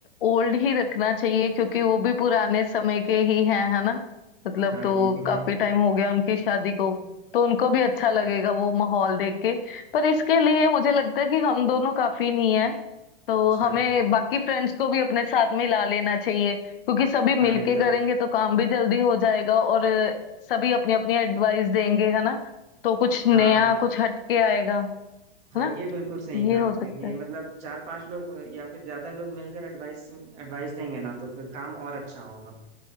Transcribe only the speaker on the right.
हाँ
ये भी
है
अच्छा
हाँ एकदम
हाँ
हाँ
ये बिल्कुल सही कहा
आपने
कि ये
मतलब चार पांच लोग या फिर ज्यादा लोग मिलकर एडवाइस एडवाइस देंगे ना तो फिर काम और अच्छा होगा